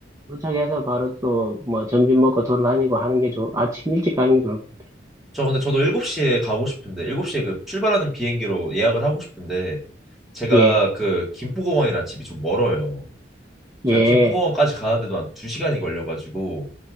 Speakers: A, on the right; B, in the centre.
A: 도착해서 바로 또 뭐 점심 먹고 돌아다니고 하는 게 좋, 아침 일찍 가는 게 좋을 것 같아요.
B: 저 근데 저도 7시에 가고 싶은데 7시에 그 출발하는 비행기로 예약을 하고 싶은데 제가
A: 예,
B: 그 김포공항이랑 집이 좀 멀어요.
A: 예,
B: 제가 김포공항까지 가는데도 한 2시간이 걸려가지고